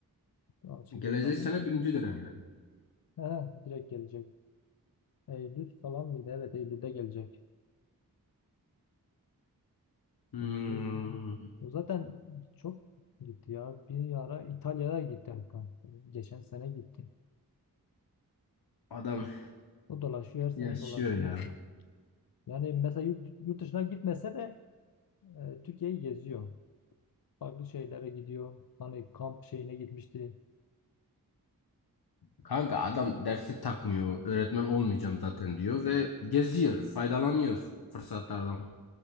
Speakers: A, on the left; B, on the left.
A: Açıldığı
B: Gelecek
A: zaman.
B: sene birinci dönem yani.
A: He, direkt gelecek. Eylül falan mıydı? Evet Eylül'de gelecek.
B: Hmm,
A: Gelecek mi? O zaten çok gitti ya. Bir ara İtalya'ya gitti hatta. Geçen sene gitti.
B: adam
A: O dolaşıyor her sene
B: yaşıyor
A: dolaşıyor.
B: ya.
A: Yani mesela yurt, yurt dışına gitmese de e, Türkiye'yi geziyor. Farklı şeylere gidiyor. Hani kamp şeyine gitmişti.
B: Kanka adam dersi takmıyor. Öğretmen olmayacağım zaten diyor ve geziyor, faydalanıyor fırsatlardan.